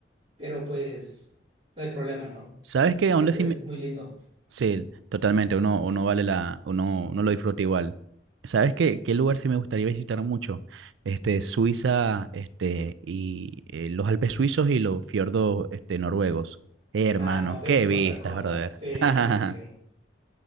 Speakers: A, on the right; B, on the right.
A: pero pues no hay problema, ¿no?
B: ¿Sabes qué? ¿A
A: Es,
B: dónde sí
A: es muy lindo.
B: Sí, totalmente, uno, uno vale la, uno, uno lo disfruta igual. ¿Sabes qué, qué lugar sí me gustaría visitar mucho? Este, Suiza, este, y eh, los Alpes suizos y los fiordos, este, noruegos. Eh, hermano,
A: Ah, no, ves,
B: qué
A: es
B: vistas,
A: otra cosa.
B: brother.
A: Sí,
B: <laughs>
A: sí, sí, sí, sí.